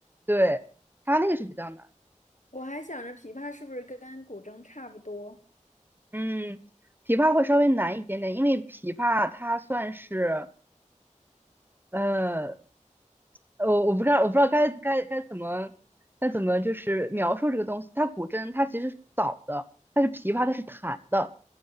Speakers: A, on the right; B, on the left.
A: 对它那个是比较难。
B: 我还想着琵琶是不是跟古筝差不多？
A: 嗯，琵琶会稍微难一点点，因为琵琶它算是。呃。我我不知道，我不知道该该该怎么该怎么就是描述这个东西。它古筝它其实是扫的，
B: 嗯
A: 它是琵琶它是弹的。